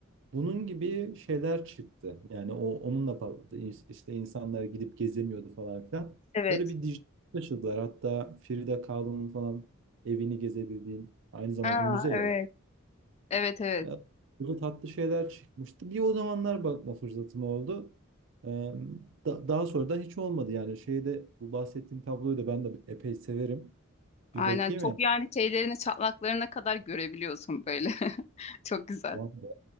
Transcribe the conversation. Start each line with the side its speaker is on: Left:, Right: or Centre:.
Right: Bunun gibi şeyler çıktı. Yani o onunla patladı. İns- İşte insanlar gidip gezemiyordu falan filan.
Left: Evet.
Right: Böyle bir dijital taşıdılar. Hatta Frida Kahlo'nun falan evini gezebildiğin aynı zamanda
Left: Aa,
Right: müze
Left: evet.
Right: ya. orası.
Left: Evet evet.
Right: Ee, Burada tatlı şeyler çıkmıştı. Bir o zamanlar bakma fırsatım oldu. Ee, da- daha sonra da hiç olmadı. Yani şeyde bu bahsettiğim tabloyu da ben de epey severim.
Left: Aynen
Right: Bir bakayım
Left: çok
Right: ya.
Left: yani şeylerini çatlaklarına kadar görebiliyorsun böyle. <laughs> Çok güzel.
Right: Vay be.